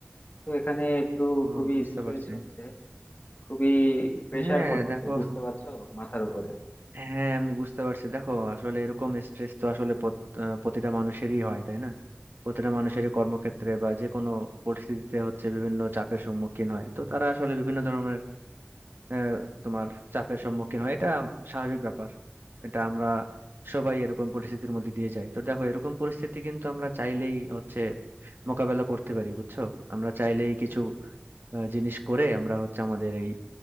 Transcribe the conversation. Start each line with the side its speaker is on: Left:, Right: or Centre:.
Left: তো এখানে একটু
Right: ও
Left: খুবই
Right: বুঝতে
Left: স্ট্রেস
Right: পারছি
Left: হচ্ছে খুবই প্রেসার
Right: হ্যাঁ
Left: পড়তেছে
Right: দেখো
Left: বুঝতে পারছো মাথার উপরে
Right: হ্যাঁ আমি বুঝতে পারছি দেখো আসলে এরকম স্ট্রেস তো আসলে প্রত- আহ, প্রতিটা মানুষেরই হয় তাই না প্রতিটা মানুষেরই কর্মক্ষেত্রে বা যে কোনো পরিস্থিতিতে হচ্ছে বিভিন্ন চাপের সম্মুখীন হয় তো তারা আসলে বিভিন্ন ধরনের আহ, তোমার চাপের সম্মুখীন হয় এটা স্বাভাবিক ব্যাপার এটা আমরা সবাই এরকম পরিস্থিতির মধ্যে দিয়ে যাই তো দেখো এরকম পরিস্থিতি কিন্তু আমরা চাইলেই হচ্ছে মোকাবেলা করতে পারি বুঝছো আমরা চাইলেই কিছু আহ, জিনিস করে আমরা হচ্ছে আমাদের এই